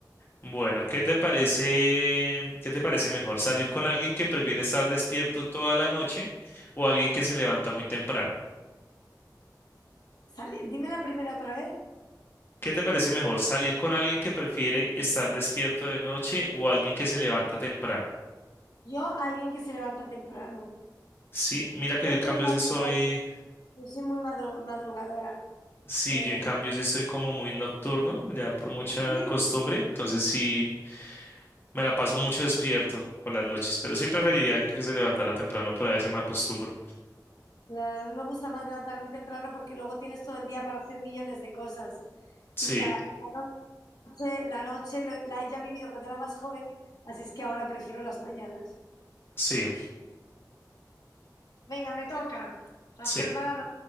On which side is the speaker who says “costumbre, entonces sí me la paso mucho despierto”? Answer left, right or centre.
Left